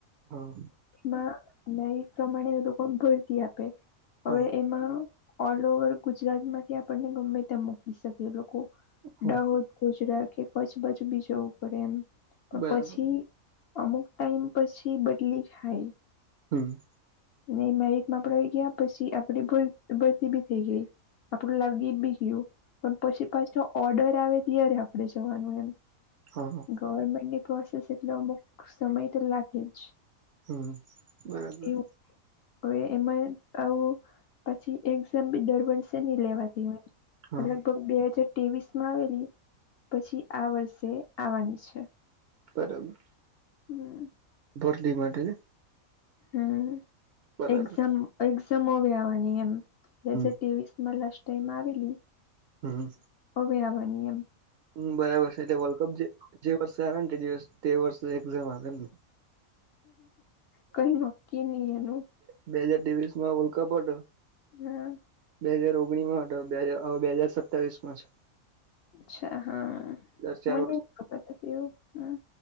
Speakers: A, on the right; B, on the left.
A: હા
B: માં ન પ્રમાણે એ લોકો ભરતી હતા.
A: હા
B: હવે એમાં ઓલ ઓવર ગુજરાત માંથી આપણને ગમે ત્યા મકી શકી.
A: હા
B: દાહોદ ગુજરા કે કચ્છ બાજુ બી જવું પડે એમ પણ
A: બરાબર
B: પછી. અમુક ટાઈમ પછી બદલી જાય.
A: હમ
B: નહી મેરટ માં આપડા આવીય ગયા પછી આપડી બી થઈ ગઈ આપ લાગી બી ગયું પણ પછી પાછો ઓર્ડર આવે ત્યારે આપડણે જવાનું એમ
A: હા હા
B: ગવર્મેન્ટની પ્રોસેસ એટલો અમુક સમય તો લાગે જ
A: હમ બરાબર
B: એવું હવે એમાં આવું પછી એક્ઝામ બી દર વર્ષે નની લેવાતી હોય
A: હા
B: અલગભ બે હજાર ત્રેવીસ માં આવેલી પછી આ વર્ષે આવવાની છે
A: બરાબર
B: હમ
A: બરલી માટેને
B: હમ
A: બરાબર
B: એક્ઝામ એક્ઝામવી આવવાની એમજવી
A: હમ
B: મા લસ્ટ ટાઈમ આવેલી
A: હમ
B: ઓવે આગ નિયમ
A: હમ બરાબર છે એટલે વર્લ્ડ કપ જે જે વર્ષે આવે ને તે વર્ષ એક્ઝામ આવે ને
B: કોઈ નોકી ન એનું
A: બે હાજાર ત્રેવીસ માં વર્લ્ડ કપ બોર્ડ
B: હમ
A: બે હાજર ઓગણીસ માં બે હાજર સતાવીસ માં છે
B: અચ્છા હા
A: દર ચાર
B: મને ખ એવું હમ